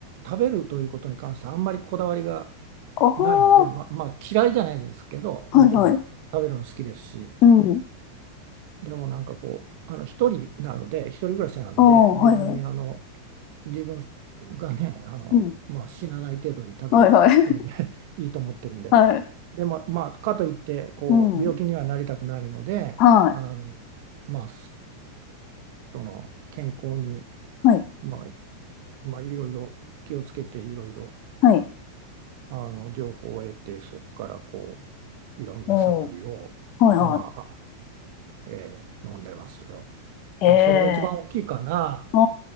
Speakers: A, on the right (about 50°); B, on the left (about 40°).
A: 食べるということに関してあんまりこだわりが
B: あは
A: ないので、ま、まあ嫌いじゃないんですけど、もちろん食べるの好きですし、
B: ー。はいはい。うん、
A: でもなんかこう、あの、一人なので、一人暮らしなんで、
B: あー。はいはい。
A: 別にあの、自分がね、あの、
B: うん。
A: まあ死なない程度に食べればそれで
B: はいはい。
A: <laughs> いいと思ってるんで、
B: <laughs> はい。
A: でも、まあ、かといってこう病気にはなりたくないので、
B: うん。はい。
A: あのまあ、その健康に、
B: はい。
A: まあまあ、いろいろ気をつけていろいろ
B: はい。
A: あの情報を得てそこからこういろんなサプリを、
B: おー。はいは
A: まあえー飲んでますよ。
B: い。ええ
A: まあ、それが一番大きいかな。
B: ー。あ